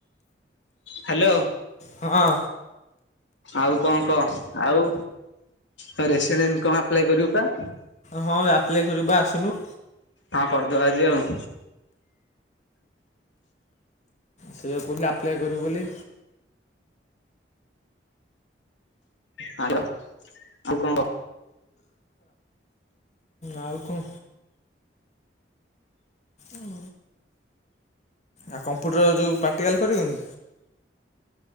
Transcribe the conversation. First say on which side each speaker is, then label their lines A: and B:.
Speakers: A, on the left (about 90°); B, on the left (about 40°).
A: hello.
B: ହଁ।
A: ଆଉ କଣ କହ ଆଉ ତ ରେସିଡେଣ୍ଟ କଣ ଆପ୍ଲାଏ କରିବୁ ପା?
B: ହଁ ଆପ୍ଲାଏ କରିବୁ ପା ଆସୁନୁ।
A: ହଁ କରିଦବା ଆଜି ଆଉ।
B: ସେଇବେ କହୁଥିଲି ଆପ୍ଲାଏ କରିବୁ ବୋଲି।
A: ହ୍ୟାଲୋ ଆଉ କଣ କ।
B: ଆଉ କଣ ଓ ଆଉ କମ୍ପ୍ୟୁଟର ଯୋଉ ପ୍ରାକ୍ଟିକାଲ କରିବୁନି।